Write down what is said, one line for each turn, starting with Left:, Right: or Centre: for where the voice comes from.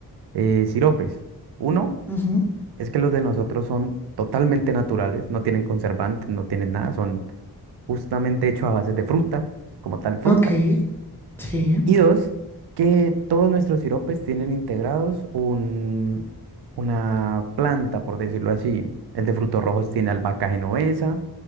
Right: eh, siropes. Uno
Centre: Ujú.
Right: es que los de nosotros son totalmente naturales, no tienen conservantes, no tienen nada, son justamente hechos a base de fruta, como tal fruta.
Centre: Ok, sí,
Right: Y dos, que todos nuestros siropes tienen integrados un, una planta, por decirlo así. El de frutos rojos tiene albahaca genovesa,